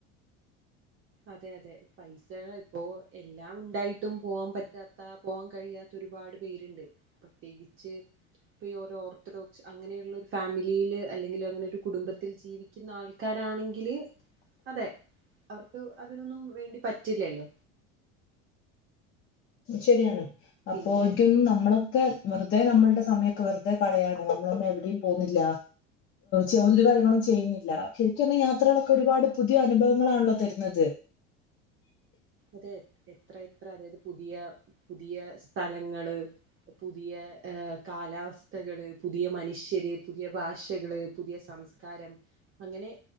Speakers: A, on the right; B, on the left.
A: അതെ അതെ പൈസക ഇപ്പോൊ എല്ലാം ഉണ്ടായിട്ടും പോവാൻ പറ്റാത്ത പോവാൻ കഴിയാത്ത ഒരുപാട് പേരുണ്ട് പ്രത്യേകിച്ച് ഇപ്പൊ ഈ ഓരോ ഓർത്തഡോക്സ് അങ്ങനെയുള്ള ഒരു ഫാമിലിയിൽ അല്ലെങ്കിൽ അങ്ങനെ ഒരു കുടുംബത്തിൽ ജീവിക്കുന്ന ആൾക്കാര ണെങ്ക അതെ അവർക്ക് അതിനൊന്നും വേണ്ടി പറ്റില്ലല്ലോ
B: ശരിയാണ് അപ്പൊ
A: പിന്നെ
B: എനിക്കൊന്ന് നമ്മളൊക്കെ വെറുതെ നമ്മളുടെ സമയത്ത് വെറുതെ കളയാണ് നമ്മളൊന്നും എവിടെയും പോുന്നില്ല ചോദ്യ കാര്യങ്ങളും ചെയ്യുന്നില്ല ശരിക്കുംൊന്നും യാത്രകളൊക്കെ ഒരുപാട് പുതിയ അനുഭവങ്ങളാണല്ലോ തരുന്നത് <unintelligible>
A: അതെ എത്ര എത്ര അതായത് പുതിയ പുതിയ സ്ഥലങ്ങള് പുതിയ കാലാവസ്ഥകള് പുതിയ മനുഷ്യ നുര് പുതിയ ഭാഷകള് പുതിയ സംസ്കാരം അങ്ങനെ